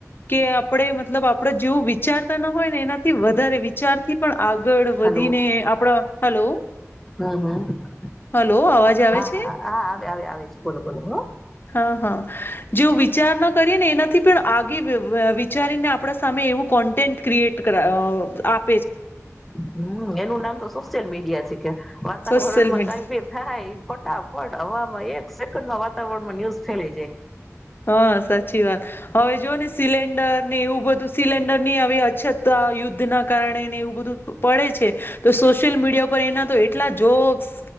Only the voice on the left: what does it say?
કે આપણે મતલબ આપણે જેવું વિચારતા ના હોય ને એનાથી વધારે વિચારથી પણ આગળ વધીને
આપણા હલો
હલો અવાજ આવે
છે?
હા હા જેવું વિચાર ન કરીએ ને એનાથી પણ આગે વિચારીને આપણા સામે એવું કોન્ટેન્ટ ક્રિએટ કર આપ
સોશિયલ મીડિયા
હા સાચી વાત હવે જો ને સિલિન્ડરને એવું બધું સિલન્ડર ની આવી અછત આ યુદ્ધ ધ ના કારણે એને એવું બધું પડે છે તો સોશિયલ મીડિયા ઉપર એના તો એટલા જોક્સ